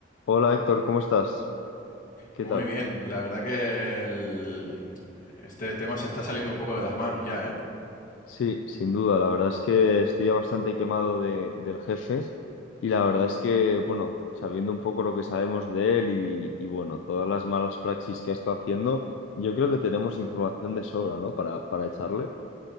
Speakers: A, on the left; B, on the left.
A: Hola Héctor, ¿cómo estás? ¿Qué
B: Muy
A: tal?
B: bien, la verdad que el- este tema se está saliendo un poco de las manos ya, ¿eh?
A: Sí, sin duda, la verdad es que estoy ya bastante quemado de- del jefe y la verdad es que, bueno, sabiendo un poco lo que sabemos de él y, y, bueno, todas las malas praxis que ha estado haciendo, yo creo que tenemos información de sobra, ¿no? Para, para echarle.